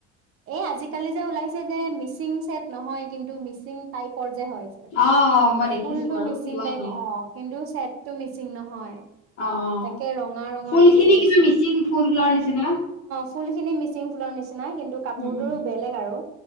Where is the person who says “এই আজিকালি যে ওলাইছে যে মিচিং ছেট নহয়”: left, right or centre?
Right